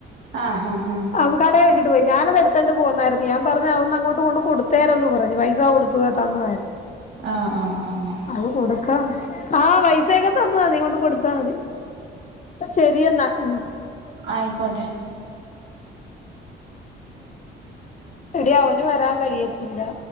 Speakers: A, on the right (about 70°); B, on the left (about 40°).
A: ആഹ് ആഹ് ആഹ്
B: അവൻ കടേൽ വെച്ചിട്ടു പോയി ഞാനത് എടുത്തോണ്ട് പോന്നായിരുന്നു ഞാൻ പറഞ്ഞതൊന്ന് അങ്ങോട്ട് കൊണ്ടു കൊടുത്തേരന്ന് പറഞ്ഞു പൈസ കൊടുത്ത് തുക തന്നതായിരുന്നു
A: ആഹ് ആഹ് ആഹ് ആഹ്
B: അത് കൊടുക്കാം ആ പൈസയൊക്കെ തന്നതാ നീ കൊണ്ട് കൊടുത്താൽ മതി അപ്പം ശരിയെന്നാ ഉം
A: ആയിക്കോട്ടെ
B: എടീ അവന് വരാൻ കഴിയ ഇല്ലാ